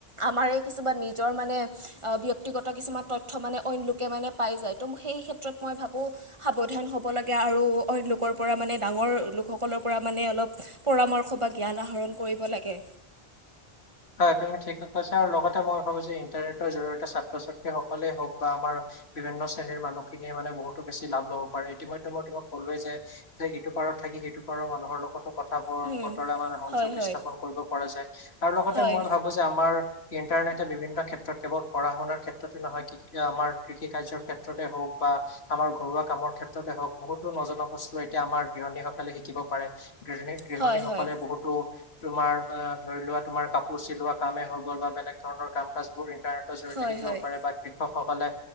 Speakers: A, on the right (about 30°); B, on the left (about 80°).
A: আমাৰে কিছুমান নিজৰ মানে অহ, ব্যক্তিগত কিছুমান তথ্য মানে অইন লোকে মানে পাই যায়, ত' সেই ক্ষেত্ৰত মই ভাবো সাৱধান হ'ব লাগে আৰু অইন লোকৰ পৰা মানে ডাঙৰ লোকসকলৰ পৰা মানে অলপ পৰামৰ্শবাদ জ্ঞান আহৰণ কৰিব লাগে।
B: হয়, তুমি ঠিক কৈছা আৰু লগতে মই ভাবোঁ যে ইণ্টাৰনেটৰ জৰিয়তে ছাত্ৰ- ছাত্ৰী সকলেই হওক বা আমাৰ বিভিন্ন শ্ৰেণীৰ মানুহখিনিয়ে মানে বহুতো বেছি লাভ ল'ব পাৰে ইতিমধ্যে মই তোমাক ক'লোৱে যে এইটো পাৰ থাকি সেইটো পাৰৰ মানুহৰ লগত কটো কথা বৰ
A: উম,
B: বতৰা মানে সংযোগ
A: হয় হয়
B: স্থাপন কৰিব পৰা যায় আৰু লগতে
A: হয়
B: মই ভাবো যে আমাৰ ইণ্টাৰনেটে বিভিন্ন ক্ষেত্ৰত কেৱল পঢ়া- শুনাৰ ক্ষেত্ৰতে নহয় আমাৰ কৃষি- কাৰ্যৰ ক্ষেত্ৰতে হওক বা বা আমাৰ ঘৰুৱা কামৰ ক্ষেত্ৰতে হওক বহুতো নজনা বস্তু এতিয়া আমাৰ গৃহণীসকলে শিকিব পাৰে। গৃহীণী -গৃহণী
A: হয়
B: সকলে
A: হয়
B: বহুতো তোমাৰ অহ ধৰি লোৱা তোমাৰ কাপ কুচি লোৱা কামেই হৈ গ'ল বা বেলেগ ধৰণৰ কাম -কাজ বোৰ ইণ্টাৰনেটৰ জৰিয়তে
A: হয়
B: শিকিব
A: হয়
B: পাৰে বা শিক্ষকসকলে